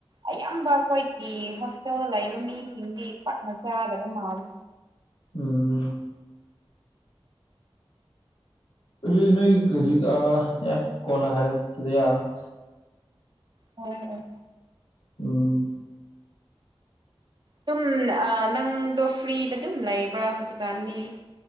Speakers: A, on the right; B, on the left.
A: ꯑꯌꯥꯝꯕ ꯑꯩꯈꯣꯏꯒꯤ ꯍꯣꯁꯇꯦꯜꯗ ꯂꯩꯕ ꯃꯤꯁꯤꯡꯗꯤ ꯄꯥꯛꯅ ꯆꯥꯗꯕ ꯃꯥꯜꯂꯦ꯫
B: ꯎꯝ꯫ ꯑꯗꯨꯗꯤ ꯅꯣꯏ ꯍꯧꯖꯤꯛ ꯌꯥꯔꯦ ꯀꯣꯟꯅ ꯍꯥꯏꯔꯒꯦ ꯁꯤꯗ ꯌꯥꯔꯔꯣꯏ꯫
A: ꯍꯣꯏ ꯍꯣꯏ꯫
B: ꯎꯝ꯫
A: ꯑꯗꯨꯝ ꯑꯥ ꯅꯪꯗꯣ ꯐ꯭ꯔꯤꯗ ꯑꯗꯨꯝ ꯂꯩꯕ꯭ꯔꯥ ꯍꯧꯖꯤꯛꯀꯥꯟꯗꯤ꯫